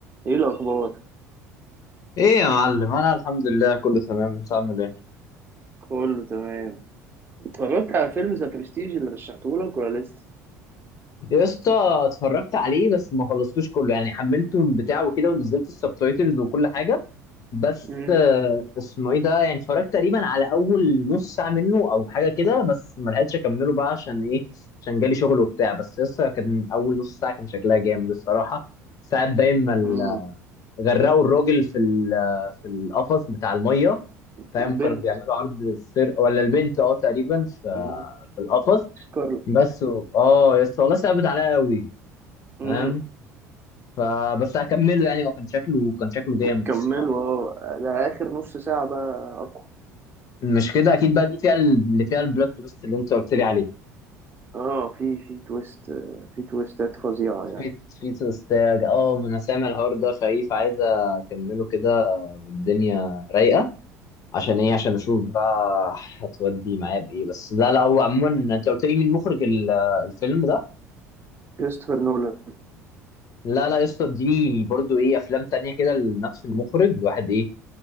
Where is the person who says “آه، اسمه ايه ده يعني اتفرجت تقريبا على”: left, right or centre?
Left